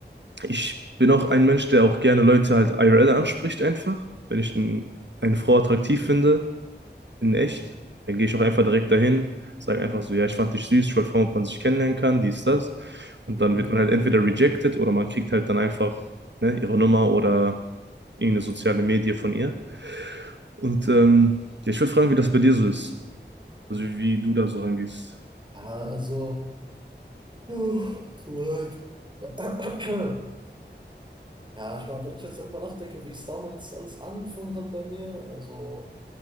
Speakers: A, on the right; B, on the right.
A: ich bin auch ein Mensch, der auch gerne Leute halt IRL anspricht einfach. Wenn ich n- eine Frau attraktiv finde, in echt, dann gehe ich auch einfach direkt dahin, sage einfach so, ja, ich fand dich süß, ich wollte fragen, ob man sich kennenlernen kann, dies, das. Und dann
B: Hm.
A: wird man halt entweder rejected oder man kriegt halt dann einfach, ne, ihre Nummer oder irgendeine soziale Medie von ihr. Und ähm, ja, ich würde fragen, wie das bei dir so ist. Also wie, wie du da so rangehst.
B: Ja, also. Uh, tut mir leid. Ja, ich meine, wenn ich jetzt darüber nachdenke, wie es damals alles angefangen hat bei mir, also